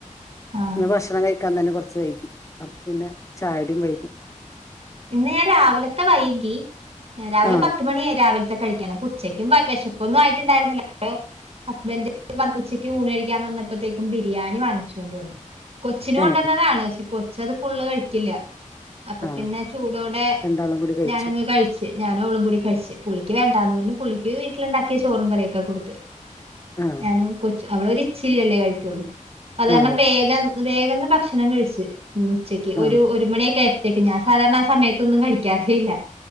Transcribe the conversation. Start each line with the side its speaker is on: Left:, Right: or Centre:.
Right: ആ
Left: ഇന്ന് ഭക്ഷണം കഴിക്കാൻ തന്നെ കൊറച്ച് <unintelligible> പിന്നെ ചായുടിയും വൈകും
Right: ഇന്ന് ഞാൻ രാവിലത്തെ വൈകി രാവിലെ
Left: ആ
Right: പത്ത് മണിയായി രാവിലത്തെ കഴിക്കും ഇങ്ങനപ്പൊ ഉച്ചക്കും വെശപ്പൊന്നും ആയിട്ടുണ്ടായിരുന്നില്ല അപ്പൊ ഹസ്ബൻഡ് ഉച്ചക്ക് ഊണ്കഴിക്കാൻ വന്നപ്പോത്തേക്കും ബിരിയാണി വാങ്ങിച്ചോണ്ട് വന്നു- കൊച്ചിന് കൊണ്ടേന്നതാണ്,
Left: ഏ
Right: - കൊച്ചത് ഫുള്ള് കഴിക്കില്ല- അപ്പം
Left: ആ
Right: പിന്നെ ചൂടോടെ
Left: രണ്ടാളും കൂടി കഴിച്ചു
Right: ഞാനങ്ങ് കഴിച്ചു ഞാൻ ഓളും കൂടി കഴിച്ച്പുള്ളിക്ക് വേണ്ടാന്ന് പറഞ്ഞഞ് പുള്ളിക്ക് വീട്ടിലിണ്ടാക്കിയ ചോറും കറിയൊക്കെ കൊടുത്ത്
Left: ആ
Right: ഞാനും കൊച്ചു അവിടെ ഒരു ഇച്ചിരിയല്ലേ കഴിക്കുള്ളൂ അത് കാരണം
Left: ആ
Right: വേഗം വേഗങ് ഭക്ഷണം കഴിച്ചു ഉച്ചയ്ക്ക്
Left: ആ
Right: ഒരു മണിയൊക്കെത്തേക്ക് പിന്നെ സാധാരണ ആ സമയത്തൊന്നും കഴിക്കാറല്ല